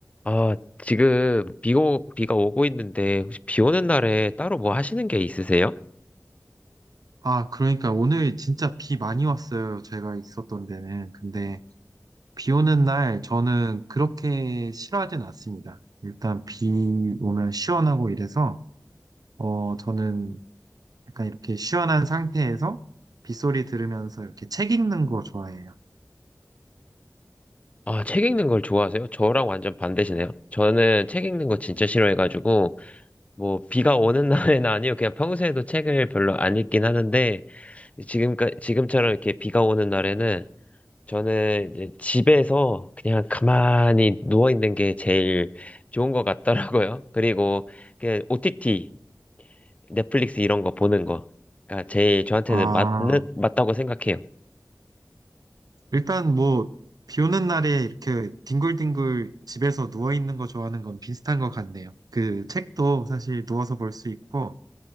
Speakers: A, on the left (about 20°); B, on the right (about 75°).
A: 아, 지금 비 오, 비가 오고 있는데 혹시 비 오는 날에 따로 뭐 하시는 게 있으세요?
B: 아, 그러니까 오늘 진짜 비 많이 왔어요. 제가 있었던 데는. 근데 비 오는 날 저는 그렇게 싫어하진 않습니다. 일단 비 오면 시원하고 이래서, 어, 저는 약간 이렇게 시원한 상태에서 빗소리 들으면서 이렇게 책 읽는 거 좋아해요.
A: 아, 책 읽는 걸 좋아하세요? 저랑 완전 반대시네요. 저는 책 읽는 거 진짜 싫어해가지고 뭐 비가 오는 <laughs> 날에는 아니요. 그냥 평소에도 책을 별로 안 읽긴 하는데 지금까 지금처럼 이렇게 비가 오는 날에는 저는 이제 집에서 그냥 가만히 누워 있는 게 제일 좋은 것 같더라고요. 그리고 그냥 OTT 넷플릭스 이런 거 보는 거. 가 제일 저한테는
B: 아,
A: 맞는, 맞다고 생각해요.
B: 일단 뭐, 비 오는 날에 이렇게 뒹굴뒹굴 집에서 누워 있는 거 좋아하는 건 비슷한 것 같네요. 그 책도 사실 누워서 볼 수 있고,